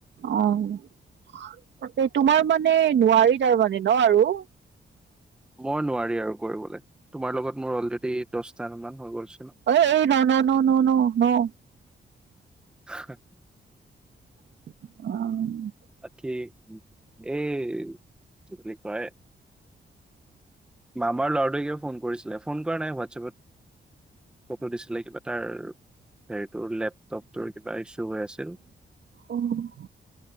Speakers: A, on the right; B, in the centre.
A: অঁ' তাকে তোমাৰ মানে বোৱাৰি তাৰমানে ন আৰু?
B: মই নোৱাৰি আৰু কৰিবলে, তোমাৰ লগত মোৰ অলৰেডি দচটামান হৈ গ'লচোন।
A: ঐএই ন' ন' ন' ন' ন'।
B: হেঁ।
A: অঁ'।
B: বাকি এই কি বুলি কয়- মামাৰ ল'ৰাটোৱে কিয় ফোন কৰিছিলে? ফোন কৰা নাই হোৱাটছএপত- ফটো দিছিলে কিবা তাৰ হেৰিটোৰ লেপটপটোৰ কিবা ইছ্যু হৈ আছিল?
A: উম'